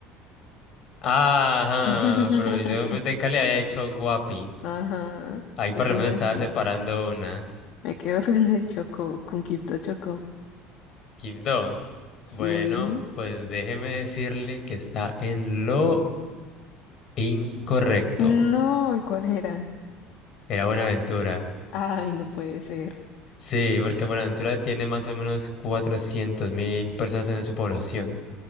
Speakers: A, on the left; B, on the left.
A: Ajá,
B: <laughs>
A: pero yo en vez de Cali había hecho Guapi.
B: Ajá.
A: Ahí por
B: Entonces
A: lo menos estaba
B: sí,
A: separando una.
B: me quedo <laughs> con el Chocó, con Quibdó Chocó.
A: Quibdó.
B: Sí.
A: Bueno, pues déjeme decirle que está en lo incorrecto.
B: No, ¿y cuál era?
A: Era Buenaventura.
B: Ay, no puede ser.
A: Sí, porque Buenaventura tiene más o menos cuatrocientos mil personas en su población.